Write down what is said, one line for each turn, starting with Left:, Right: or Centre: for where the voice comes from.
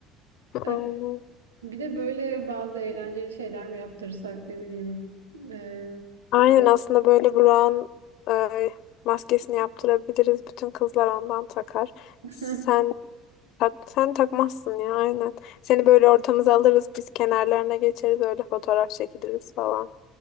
Right: Evet,
Left: Aynen.
Right: Bir de böyle bazı eğlenceli şeyler mi yaptırsak ne bileyim. Ee,
Left: Aynen aslında böyle Burak'ın e, maskesini yaptırabiliriz. Bütün kızlar ondan takar.
Right: <laughs>
Left: Sen tak, sen takmazsın ya aynen. Seni böyle ortamıza alırız. Biz kenarlarına geçeriz. Öyle fotoğraf çekiliriz falan.